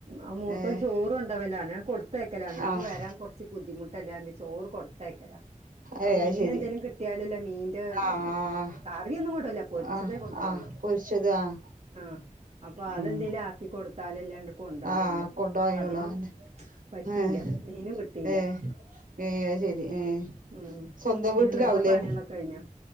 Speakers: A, on the right; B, on the right.
A: ആ മൂത്തോൻ
B: ഏഹ്
A: ചോറൊണ്ടോവലാനേ ഞാൻ കൊടുത്തയക്കല ഇങ്ങോട്ട്
B: ആഹ്
A: വരാൻ കുറച്ച് ബുദ്ധിമുട്ടല്ല പർഞ് ചോറ് കൊടുത്തേക്കല.
B: ഏഹ്
A: അ മീന്
B: അത് ശരി
A: എന്തേലും കിട്ടിയാലല്ലേ മീന്റെ
B: ആഹ്
A: കറിയൊന്നും ല്ല പൊരിച്ചതേ
B: ആഹ്
A: കൊണ്ടൊവോള്ളൂ.
B: ആഹ് പൊരിച്ചത് ആഹ്
A: ആഹ അപ്പൊ അതെന്തേലും
B: ഉം
A: ആക്കി കൊടുത്താലല്ലേ ണ്ട് കൊണ്ടാവള്ളോ,
B: ആഹ് കൊണ്ടോയോളു
A: അപ്പൊ അതിന്
B: ആന്നെ
A: പറ്റിയില്ല.
B: ഏഹ്
A: മീനും കിട്ടിയില്ല
B: ഏഹ് ഏഹ് അത് ശരി ഏഹ്
A: ഉം
B: സ്വന്തം
A: പിന്നെ
B: വീട്ടിലാവൂലേ
A: നിങ്ങളെ പണികളൊക്ക കഴിഞ്ഞോ